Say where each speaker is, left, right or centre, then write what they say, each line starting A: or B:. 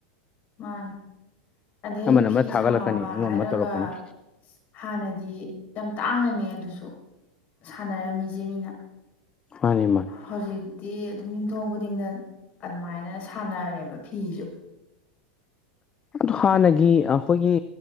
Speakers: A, on the left; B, on the left.
A: ꯃꯥꯅꯦ ꯑꯗꯩ
B: ꯑꯃꯅ ꯑꯃ
A: ꯐꯤ
B: ꯊꯥꯒꯠꯂꯛꯀꯅꯤ
A: ꯁꯥꯕ
B: ꯑꯃ
A: ꯍꯥꯏꯔꯒ
B: ꯑꯃ ꯇꯧꯔꯛꯀꯅꯤ
A: ꯍꯥꯟꯅꯗꯤ ꯌꯥꯝ ꯇꯥꯡꯅꯅꯦ ꯑꯗꯨꯁꯨ ꯁꯥꯟꯅꯔꯝꯃꯤꯁꯦ ꯃꯤꯅ
B: ꯃꯥꯅꯦ ꯃꯥꯅꯤ
A: ꯍꯧꯖꯤꯛꯇꯤ ꯑꯗꯨꯝ ꯌꯨꯝꯊꯣꯡ ꯈꯨꯗꯤꯡꯗ ꯑꯗꯨꯃꯥꯏꯅ ꯁꯥꯟꯅꯔꯦꯕ ꯐꯤꯁꯨ
B: ꯑꯗꯨ ꯍꯥꯟꯅꯒꯤ ꯑꯩꯈꯣꯏꯒꯤ